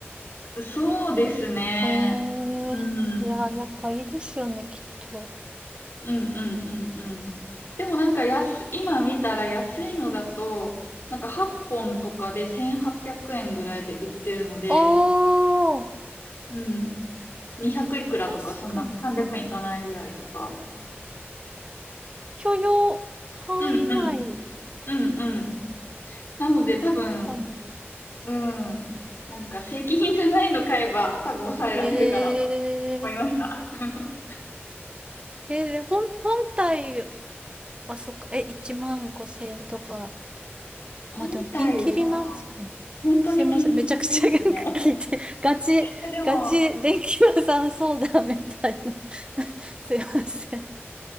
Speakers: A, on the left; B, on the right.
A: そうですね。
B: えー、
A: うん。
B: いやー、やっぱいいですよね、きっと。
A: うんうんうんうん。でもなんか安、今見たら安いのだと、なんか8本とかで1800円ぐらいで売ってるので、
B: あー、
A: うん200いくらとか、
B: 確かに。
A: そんな300円いかないぐらいとか。
B: 許容範囲内
A: うんうん、うんうん。なので多分、
B: かもです。
A: うん、なんか正規品じゃないの買えば多分抑えられるかなと
B: えー、
A: 思いました。<laughs>
B: えー、で、本、本体はそっか、え、1万5千円とか
A: 本体は
B: まあでもピンキリなんですかね。
A: 本当にピンキリですね。
B: すいません。めちゃくちゃなんか聞いて、<laughs> ガチ、
A: えでも、
B: ガチ電気屋さん相談みたいな。<laughs> すいません。